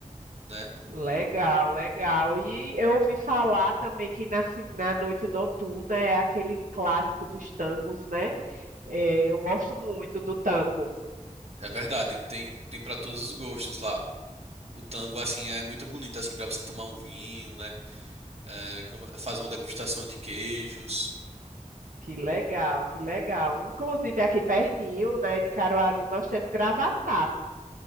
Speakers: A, on the right; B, on the right.
A: né?
B: Legal, legal. E eu ouvi falar também que na, assim, na noite noturna é aquele clássico dos tangos, né? É, eu gosto muito do tango.
A: É verdade, tem, tem para todos os gostos lá. O tango, assim, é muito bonito, assim, para você tomar um vinho, né? é, como- fazer uma degustação de queijos.
B: Que legal, que legal. Inclusive aqui pertinho, né, de Caruaru, nós temos Gravatá.